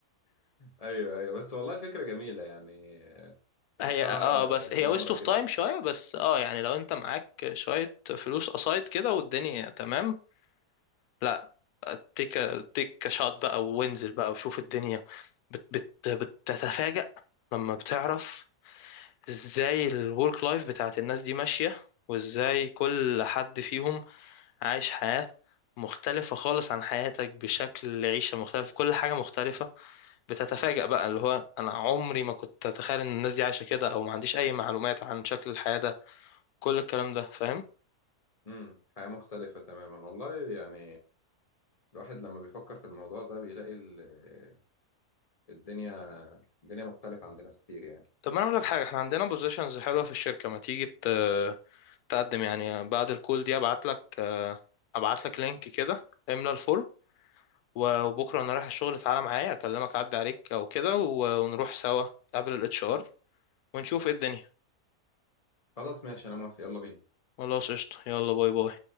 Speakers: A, on the left; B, on the left.
A: أيوه أيوه بس والله فكرة جميلة يعني تحسها
B: هي اه بس
A: مغامرة
B: هي ويست اوف
A: كده
B: تايم شويه بس اه يعني لو انت معاك شويه فلوس قصايد كده والدنيا تمام لا تيك تيك شوت بقى وانزل بقى وشوف الدنيا بت بت بتتفاجأ لما بتعرف ازاي الورك لايف بتاعت الناس دي ماشيه وازاي كل حد فيهم عايش حياه مختلفه خالص عن حياتك بشكل عيشه مختلف كل حاجه مختلفه بتتفاجأ بقى اللي هو انا عمري ما كنت اتخيل ان الناس دي عايشه كده او ما عنديش اي معلومات عن شكل الحياه ده كل الكلام ده فاهم
A: امم حياة مختلفة تماما والله يعني الواحد لما بيفكر في الموضوع ده بيلاقي ال- الدنيا الدنيا مختلفة عند ناس كتير يعني
B: طب ما انا اقول لك حاجه احنا عندنا بوزيشنز حلوه في الشركه ما تيجي ت- تقدم يعني بعد الكول دي ابعت لك ابعت لك لينك كده املى الفورم وبكره انا رايح الشغل تعالى معايا اكلمك اعدي عليك او كده ونروح سوا قبل الاتش ار ونشوف ايه الدنيا
A: خلاص ماشي أنا موافق يلا بينا
B: خلاص قشطه يلا باي باي